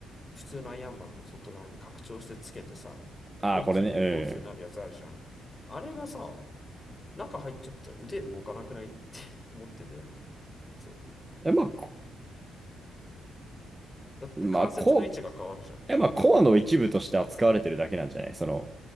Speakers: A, on the left; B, on the right.
A: 普通のアイアンマンの外側に拡張してつけてさ、
B: ああ、
A: 大きい、
B: これね、
A: 大きくなるやつあるじゃん。あれがさ、中入っちゃったら腕動かなくないって <laughs> 思ってんだよね。そう。
B: うん。え、まあ、こ、
A: だって関節の位置が変わるじゃんね。
B: まあ、こ、や、まあ、コアの一部として扱われてるだけなんじゃないその、